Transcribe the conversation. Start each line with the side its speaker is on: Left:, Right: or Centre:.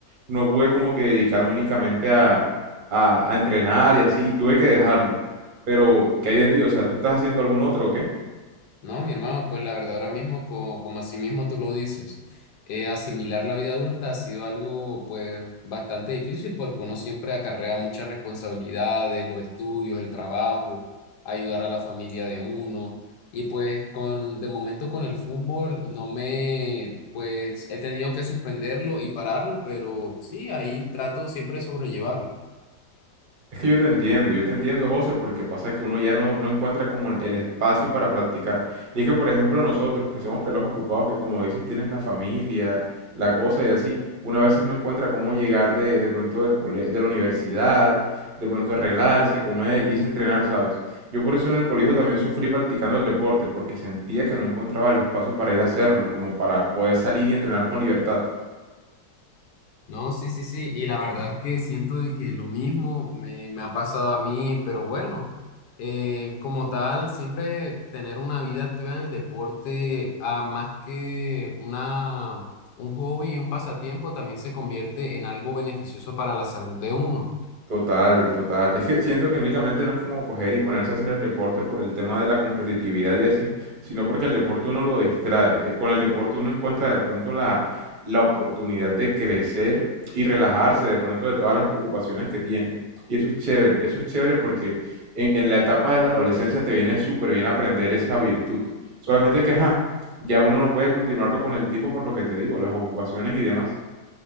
Right: no pude como que dedicarme únicamente a a, a entrenar y así, y tuve que dejarlo. Pero, ¿qué hay de ti? O sea, ¿tú estás haciendo algún otro o qué?
Left: No, mi hermano, pues la verdad ahora mismo, co- como, así mismo tú lo dices, eh, asimilar la vida adulta ha sido algo pues bastante difícil porque uno siempre acarrea muchas responsabilidades, los estudios, el trabajo, ayudar a la familia de uno. Y pues con, de momento con el fútbol no me, pues he tenido que suspenderlo y pararlo, pero sí, ahí trato siempre de sobrellevarlo.
Right: Es que yo te entiendo, yo te entiendo, José, porque pasa que uno ya no, no encuentra como el el espacio para practicar. Y es que, por ejemplo, nosotros que somos pelos ocupados, que como dices, tienes la familia, la cosa y así, uno a veces no encuentra cómo llegar de, de pronto del cole- de la universidad, de pronto arreglarse, comer, irse a entrenar, ¿sabes? Yo por eso en el colegio también sufrí practicando el deporte, porque sentía que no encontraba el espacio para ir a hacerlo, como para poder salir y entrenar con libertad.
Left: No, sí, sí, sí. Y la verdad es que siento de que lo mismo me, me ha pasado a mí, pero bueno, eh, como tal, siempre tener una vida activa en el deporte, ah, más que una, un hobby y un pasatiempo, también se convierte en algo beneficioso para la salud de uno.
Right: Total, total. Es que siento que únicamente no es como coger y ponerse a hacer el deporte por el tema de la competitividad y así, sino porque el deporte uno lo distrae. Eh, Con el deporte uno encuentra de pronto la, la oportunidad de crecer y relajarse de pronto de todas las preocupaciones que tiene. Y eso es chévere, eso es chévere porque en, en la etapa de la adolescencia te viene súper bien aprender esa virtud. Solamente que, ajá, ya uno no puede continuarlo con el tiempo por lo que te digo, las ocupaciones y demás.